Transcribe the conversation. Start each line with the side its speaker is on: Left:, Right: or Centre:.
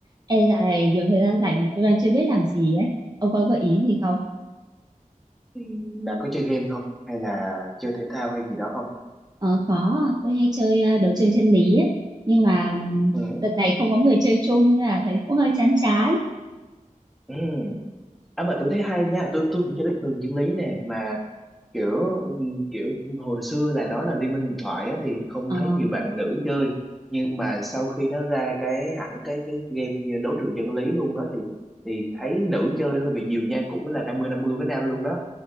Right: Ê dạo này nhiều thời gian rảnh mà tôi đang chưa biết làm gì ấy. Ông có gợi ý gì không?
Centre: Ừ, Bà có chơi game không? Hay là chơi thể thao hay gì đó không?
Right: Ờ có, tôi hay chơi ờ, đấu trường chân lý ấy. Nhưng mà ừm,
Centre: Ừ.
Right: đợt này không có người chơi chung nên là thấy cũng hơi chán chán.
Centre: Ừ. À mà tôi thấy hay nha, tôi tôi cũng chơi đích thường chân lý nè mà kiểu ừ, kiểu hồi xưa là nó là Liên minh huyền thoại á, thì không
Right: Ờ,
Centre: thấy nhiều bạn nữ chơi nhưng mà sau khi nó ra cái hẳn cái cái game như đấu trường chân lý luôn đó thì thì thấy nữ chơi hơi bị nhiều nha, cũng là năm mươi năm mươi với nam luôn đó.